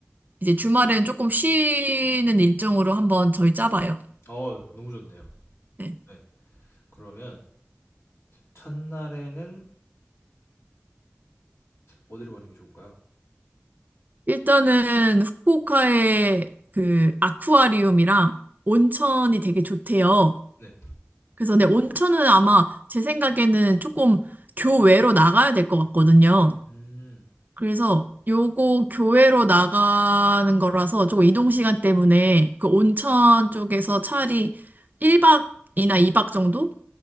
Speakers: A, on the right (about 40°); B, on the left (about 85°).
A: 이제 주말에는 조금 쉬는 일정으로 한번 저희 짜봐요.
B: 어, 너무 좋네요.
A: 네.
B: 네. 그러면 첫날에는 어디로 가는 게 좋을까요?
A: 일단은 후쿠오카의 그 아쿠아리움이랑 온천이 되게 좋대요.
B: 네.
A: 그래서 네, 온천은 아마 제 생각에는 조금 교외로 나가야 될 것 같거든요.
B: 음.
A: 그래서 요거 교외로 나가는 거라서 조금 이동 시간 때문에 그 온천 쪽에서 차라리 1박이나 2박 정도?